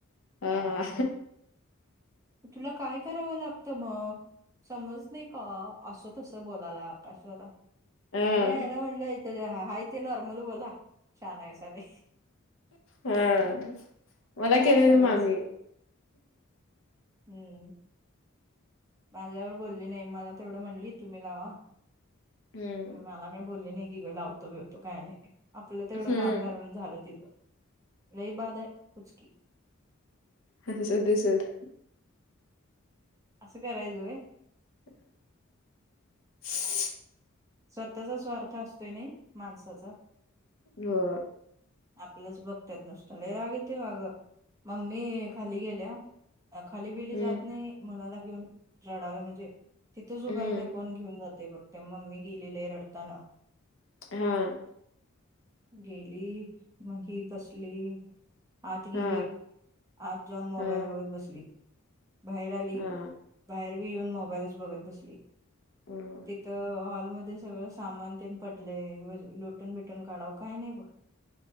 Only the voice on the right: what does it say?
अ असं. तुला काय करावं लागतं मग समज नाही का असं तसं बोलायला आकाशलादा
अे याला म्हणलंथ हय ते नॉर्मल बोला छान आहे साले.
काय
नव्हच
हम्म माझ्यावर बोलली नाही मला तेवढं म्हणली तुम्ही लावा.
मला काय बोलले नाही कि ग लावतो बेवतो काय नाही. आपलं तेवढं
काम झालं म्हणज झालं तिचं म्ह ह बाद आहे कुचकी
असस करायव.
स्वतःचा स्वार्थ असतोय नाही माणसाचा
आपलंच बघतायत नुसत ल राग येते बाग मम्मी खाली गेल्या. अ खाली बेली
जात नाही मुलाला घेऊन झाडाला म्हणजे तिथेच उभारत
कोण घेऊन जात. ते बघते मम्मी गेलेले आहे रडताना.
गेली मही बसली. आत गेली
आत जाऊन मोबाईल
बघत बसली. बाहेर आली
बाहेर बी येऊन मोबाईलच बघत बसली.
तिथं हॉलमध्ये सगळं सामान तन पटलेय लोटून बिटून काढावं काही नाही ब